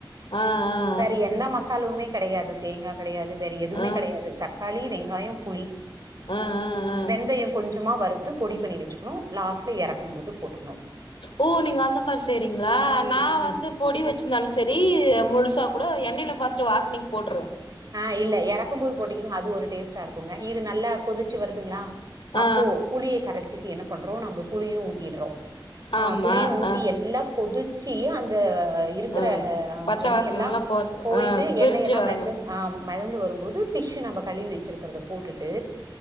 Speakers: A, on the left; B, on the right.
A: ஆ ஆ ஆ
B: வேற என்ன மசாலவுமே கெடையாது தேங்கா கெடையாது வேற எதுவுமே
A: ஆ
B: கெடையாது தக்காளி வெங்காயம் புளி
A: ஆ ஆ ஆ
B: வெந்தயம் கொஞ்சமா வறுத்து பொடி பண்ணி வச்சுக்கணு லாஸ்ட்ல இறக்கு போது போட்டுக்கணு
A: ஓ நீங்க அந்த மாரி செயிரிங்களா
B: ஆ
A: நா
B: ஆ
A: வந்து பொடி வச்சுருந்தாலு செரி முழுசாக கூட எண்ணெயில் ஃபஸ்ட்டு வாசனைக்கு போட்டுருவேன்
B: ஆ இல்ல எறக்கு போது போட்டீங்கன்னா அது ஒரு டேஸ்ட்டா இருக்குங்க இது நல்லா கொதிச்சு வருதுங்களா
A: ஆ
B: அப்போ புளியை கரைச்சிட்டு என்ன பண்றோ நம்ம புளியு ஊத்திடுறோ ஆ
A: ஆமா
B: புளியு ஊத்தி
A: ஆ
B: எல்லா கொதிச்சு அந்த இருக்கிற
A: ம் பச்ச
B: எண்ணெய
A: வாசனல்லா
B: எல்லா
A: போறது
B: போயிட்டு
A: ஆ பிரிஞ்சு
B: எண்ணெய் எல்லா
A: வரும்போது
B: ஆ மெதந்து வரும்போது ஃபிஷ் நம்ம கழுவி வச்சிருக்கறத போட்டுட்டு